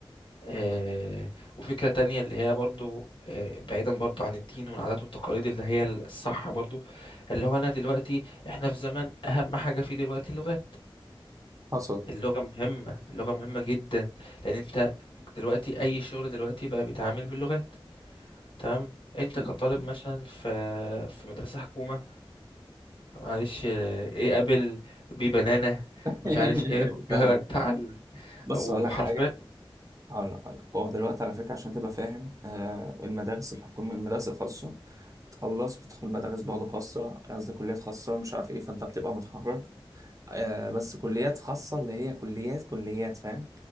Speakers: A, on the left (about 60°); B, on the right (about 35°).
A: آه وفكرة تانية اللي هي برضو آه بعيدا برضو عن الدين والعادات والتقاليد اللي هي الصح برضو اللي هو أنا دلوقتي إحنا في زمن أهم حاجة فيه دلوقتي اللغات
B: حصل
A: اللغة مهمة اللغة مهمة جدا لأن أنت دلوقتي أي شغل دلوقتي بقى بيتعامل باللغات تمام أنت
B: م.
A: كطالب مثلا في في مدرسة حكومة معلش إيه قابل بيه بنانا
B: <laughs>
A: مش عارف إيه
B: فاهمك
A: تعال
B: بص
A: وحرفيا
B: هقول لك حاجه هقول لك هقول لك هو دلوقتي على فكره عشان تبقى فاهم آه، المدارس الحكوميه المدارس الخاصه بتخلص بتدخل مدارس برضه خاصه قصدي كليات خاصه مش عارف ايه فانت بتبقى متخرج آه، بس كليات خاصة اللي هي كليات كليات فاهم